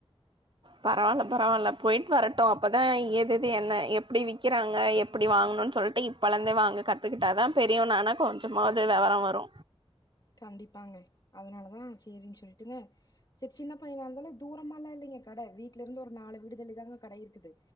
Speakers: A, on the right (about 50°); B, on the left (about 40°).
A: பரவால்ல பரவால்ல போயிட்டு வரட்டு அப்பதா எது எது என்ன எப்டி விக்கிறாங்க எப்டி வாங் கனு சொல்லிட்டு இப்பழந்தே வாங்க கத்துக்கிட்டாதா பெரியவனான கொஞ்சமாவது விவர வரு
B: கண்டிப்பாங்க அதனாலதா சேரின்னு சொல்லிட்டுங்க செரி சின்ன பையன இருந்தாலு தூரமெல்லா இல்லைங்க கடை வீட்ல இருந்து ஒரு நாலு வீடு தள்ளி தாங்க கடை இருக்குது